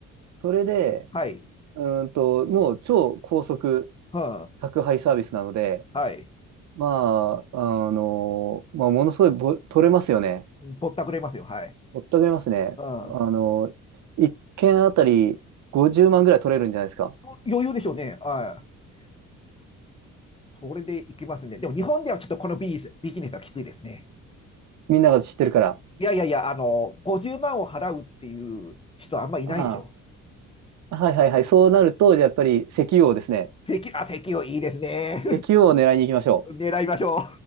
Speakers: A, on the right; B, on the left.
A: それで、
B: はい。
A: うーんと、もう超高速
B: は
A: 宅配サービスなので、
B: あ、はい。
A: まあ、あの、まあ、ものすごいぼ取れますよね。
B: ぼったくれますよ。はい。
A: ぼったくれますね。
B: うん。
A: あの、1件あたり50万ぐらい取れるんじゃないですか。
B: 余裕でしょうね。はい。それでいきますね。でも、日本ではちょっとこのビジネス、ビジネスはきついですね。
A: みんなが知ってるから。
B: いやいやいや、あの、50万を払うっていう人はあんまいないでしょ。
A: ああ、はいはいはい。そうなると、じゃあやっぱり石油王ですね。
B: 席、あ、席をいいですね。
A: 石油王を狙いに行きましょう。
B: 狙いましょ